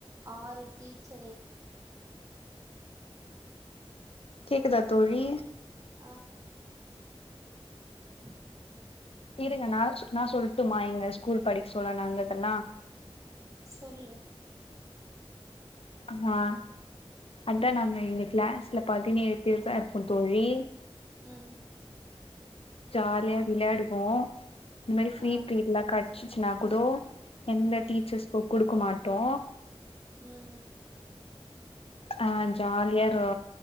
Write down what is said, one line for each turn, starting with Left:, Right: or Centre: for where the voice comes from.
Right: ஆறு டீச்சரே
Left: கேக்குதா தோழி
Right: அ <inaudible>
Left: இருங்க நாலசு நா சொல்ட்டுமா எங்க ஸ்கூல் படிக் சொல்ல நந்ததல்லா
Right: சொல்லு
Left: அஹா அத்தா நாங்க எங்க க்ளேஸ்ல பதினேழு பேர் தா இர்ப்போ தோழி
Right: ம்
Left: ஜால்யா விளையாடுவோ இந்மேரி ஃப்ரீ
Right: ஆ
Left: ப்ரீட்லா கட்சிச்சினா குடோ எந்த
Right: ம்
Left: டீச்சஸ்கோ குடுக்கு மாட்டோ
Right: ம்
Left: அ ஜால்யா ரொ